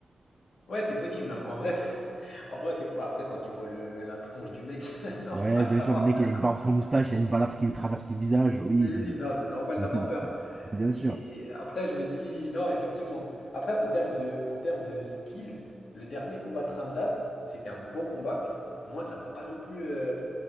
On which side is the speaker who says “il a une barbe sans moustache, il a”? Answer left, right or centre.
Right